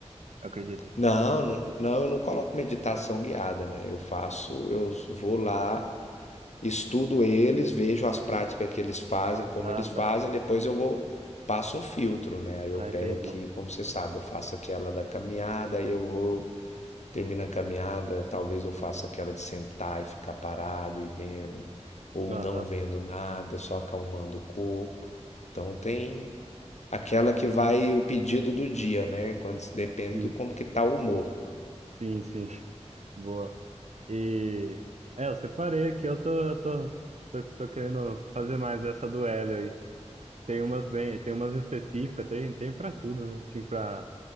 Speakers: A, on the right; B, on the left.
A: Eu acredito.
B: Não, não, não, eu não coloco meditação guiada, né? Eu faço, eu vou lá. estudo eles, vejo as práticas que eles fazem, como
A: Ah,
B: eles fazem,
A: tá.
B: depois eu vou passo um filtro, né? Aí eu
A: Ah,
B: pego
A: entendi.
B: aqui, como você sabe, eu faço aquela da caminhada, aí eu vou termino a caminhada, talvez eu faça aquela de sentar e ficar parado e vendo ou
A: Aham,
B: não vendo nada, só acalmando o corpo. Então tem aquela que vai o pedido do dia, né? Quando depende
A: sim.
B: do como que tá o humor.
A: Sim, sim. <laughs> Boa. E... É, eu separei aqui, eu tô, eu tô, tô, tô querendo fazer mais dessa do Hélio Tem umas bem, tem umas específicas, tem, tem para tudo, né? Assim, para